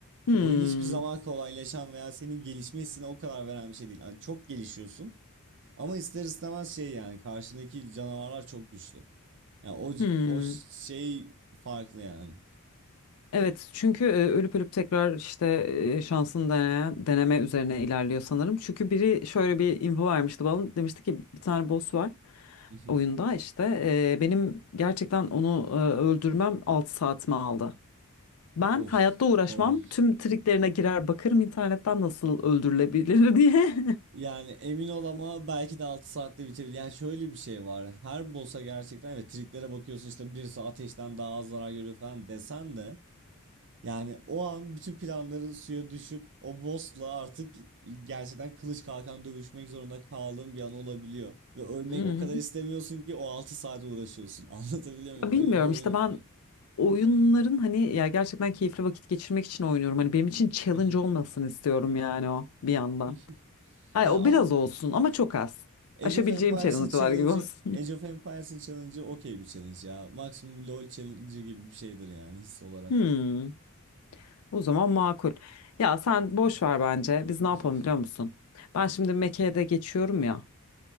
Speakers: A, on the left (about 75°); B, on the right (about 55°).
A: Hmm.
B: Oyun hiçbir zaman kolaylaşan veya senin gelişme hissine o kadar veren bir şey değil. Hani çok gelişiyorsun ama ister istemez şey yani karşındaki canavarlar çok güçlü. Yani o
A: Hmm.
B: o şey farklı yani.
A: Evet çünkü e, ölüp ölüp tekrar işte e, şansını deneyen, deneme üzerine ilerliyor sanırım. Çünkü biri şöyle bir info vermişti bana. Demişti ki bir tane boss var
B: <laughs>
A: oyunda işte. e, benim gerçekten onu e, öldürmem 6 saatimi aldı. Ben
B: Of
A: hayatta uğraşmam.
B: korkunç.
A: Tüm triklerine girer bakarım internetten nasıl öldürülebilir <laughs> diye.
B: Yani emin ol ama belki de altı saatte bitebilir. Yani şöyle bir şey var. Her boss'a gerçekten evet triklere bakıyorsun işte birisi ateşten daha az zarar görüyor falan desen de yani o an bütün planların suya düşüp o boss'la artık gerçekten kılıç kalkan dövüşmek zorunda kaldığın bir an olabiliyor. Ve ölmek
A: Hı hı.
B: o kadar istemiyorsun ki o 6 saate uğraşıyorsun. <laughs> Anlatabiliyor muyum?
A: Ya Bilmiyorum
B: Öyle bir oyun
A: işte ben oyunların hani ya gerçekten keyifli vakit geçirmek için oynuyorum. Hani benim için challenge
B: yani.
A: olmasın istiyorum yani o bir yandan.
B: <laughs>
A: Hayır
B: Ya
A: o
B: ama
A: biraz olsun ama çok az.
B: Age
A: Aşabileceğim
B: of Empires'ın
A: challenge'lar
B: challenge'ı
A: gibi olsun.
B: Age of Empires'ın challenge'ı okey bir challenge ya. Maksimum LoL challenge'ı gibi bir şeydir yani his olarak.
A: <laughs> Hmm. O zaman makul. Ya sen boş ver bence. Biz ne yapalım
B: <laughs>
A: biliyor musun? Ben şimdi Mekke'ye de geçiyorum ya.